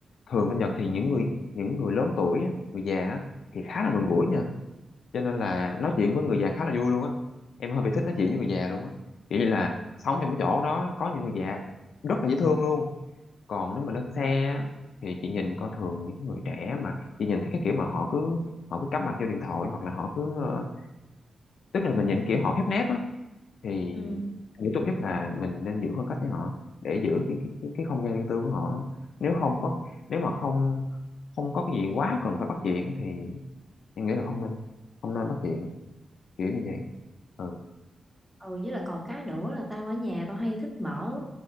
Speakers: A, on the left; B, in the centre.
A: thường bên Nhật thì những người những người lớn tuổi á, người già á, thì khá là gần gũi nha cho nên là nói chuyện với người già khá là vui luôn á em hơi bị thích nói chuyện với người già luôn á kiểu như là sống trong cái chỗ đó có những người già rất là dễ thương luôn còn nếu mà lên xe á, thì chị nhìn coi thường những người trẻ mà chị nhìn thấy cái kiểu mà họ cứ họ cứ cắm mặt vô điện thoại hoặc là họ cứ ờ, tức là mình nhìn kiểu họ khép nép á thì
B: ừ
A: nghĩ tốt nhất là mình nên giữ khoảng cách với họ để giữ cái cái cái, cái không gian riêng tư của họ nếu không có nếu mà không không có cái gì quá cần phải bắt chuyện thì em nghĩ là không nên không nên bắt chuyện kiểu như vậy ừ
B: ừ với là còn cái nữa là tao ở nhà tao hay thích mở